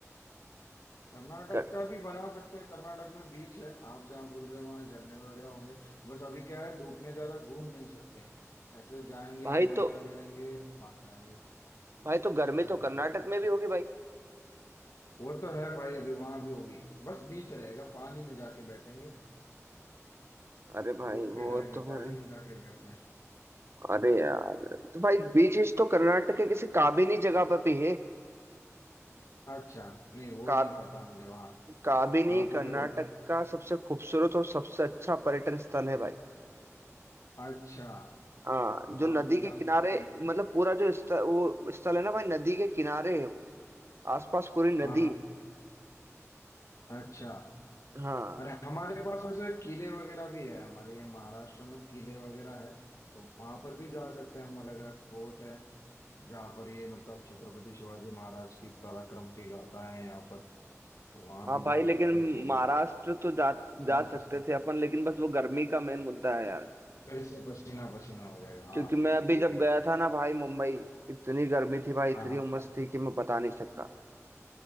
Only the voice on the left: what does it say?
कर्नाटक
का भी बना सकते हैं कर्नाटक में बीच है आप जहाँ बोल रहे हो वहाँ झरने वगैरह होंगे बस अभी क्या है धूप में ज्यादा घूम नहीं सकते ऐसे जाएंगे
मजा
करेंगे बाहर आएंगे
ऐसा
कर
सकते हैं।
वो तो है भाई अभी वहां भी होगी बस बीच रहेगा पानी में जाके बैठेंगे <laughs>
धूप के
टाइम में
पानी में जाके बैठना है
अच्छा नहीं वो
नहीं पता मुझे वहां
कहाँ पर
है वो
अच्छा
तो वहां
भी जा
सकते हैं
हाँ हाँ
अच्छा
अरे हमारे पास वैसे किले वगैरह भी है हमारे ये महाराष्ट्र में किले वगैरह है तो वहां पर भी जा सकते हैं हम अलग अलग फोर्ट है जहाँ पर ये मतलब छत्रपति शिवाजी महाराज की पराक्रम की गाथा है यहाँ पर तो वहां
भी
जा
सकते हैं वो
और
पसीना
फिर से पसीना पसीना हो जाएगा हाँ
भाई
ये
भी
है
हाँ हाँ